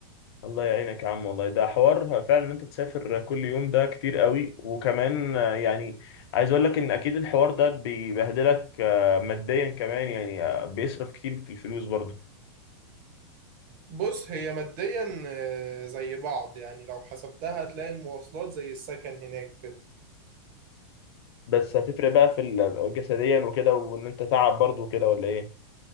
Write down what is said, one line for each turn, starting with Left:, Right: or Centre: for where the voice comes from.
Left: الله يعينك يا عم والله ده حوار فعلا ان انت تسافر كل يوم ده كتير قوي وكمان آه، يعني عايز اقول لك ان اكيد الحوار ده بيبهدلك آه، ماديا كمان يعني آه، بيصرف كتير في الفلوس برضه
Right: بص هي ماديا آه، زي بعض يعني لو حسبتها هتلاقي المواصلات زي السكن هناك كده
Left: بس هتفرق بقى في ال- جسديا وكده وان انت تعب برضو وكده ولا ايه